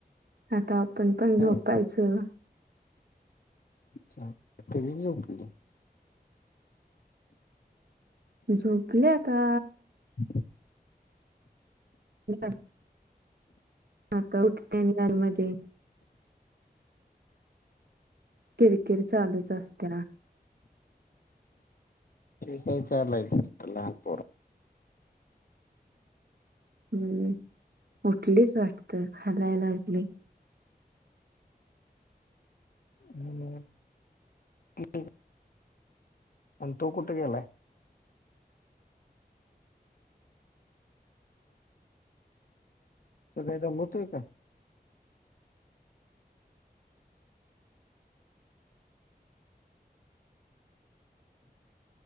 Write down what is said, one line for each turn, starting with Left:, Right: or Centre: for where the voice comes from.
Right: आता आपण पण झोपायचं
Left: हं अच्छाक कली
Right: झोपल्या आता
Left: बम
Right: नेट आता उठते आणि घरमधे किरकिरी चालूच असते ना
Left: ठीक आहे चालायचंच तर लहान पोर
Right: हम्म उठलीच वाटतं हलाय लागली
Left: हम्म क अ तू कुठ गलाय त काहीदा होतोय का